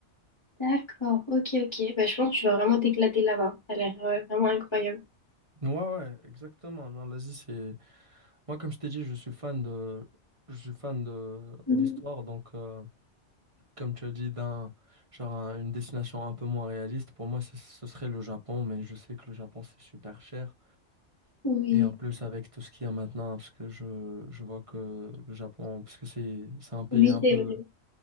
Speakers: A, on the left; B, on the right.
A: D'accord. Ok, ok. Bah, je pense que tu vas vraiment t'éclater là-bas. Ça a l'air euh, vraiment incroyable.
B: Ouais, ouais, exactement. Non, l'Asie, c'est. Moi, comme je t'ai dit, je suis fan de, je suis fan de
A: Mhm.
B: d'histoire, donc. euh, comme tu as dit, d'un genre un- une destination un peu moins réaliste, pour moi, ce ce serait le Japon, mais je sais que le Japon, c'est super cher.
A: Oui,
B: Et en plus, avec tout ce qu'il y a maintenant, parce que je, je vois que le Japon, parce que c'est c'est un pays
A: oui,
B: un peu...
A: c'est vrai.